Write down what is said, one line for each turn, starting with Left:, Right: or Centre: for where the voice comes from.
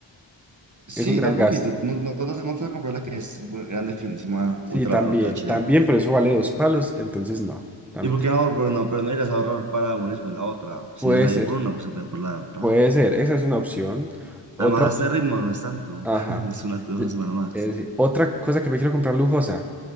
Right: Sí,
Centre: Es un gran
Right: da un
Centre: gasto.
Right: poquito. No, no, no te vas a no te vas a comprar la que es bu- grande, finísima,
Centre: Sí,
Right: ultra,
Centre: también,
Right: ultra H
Centre: también,
Right: D
Centre: pero eso vale dos palos, entonces no, también.
Right: ¿Y por qué no? Pero no, pero no irás a ahorrar para una y después la otra. Si
Centre: Puede
Right: vas a
Centre: ser,
Right: ir por una, pues ve por la otra.
Centre: puede ser. Esa es una opción. Otra.
Right: Además,
Centre: opción.
Right: a este ritmo no es tanto.
Centre: Ajá.
Right: <laughs> Es una, una
Centre: E-
Right: semana más.
Centre: es decir, otra cosa que me quiero comprar lujosa,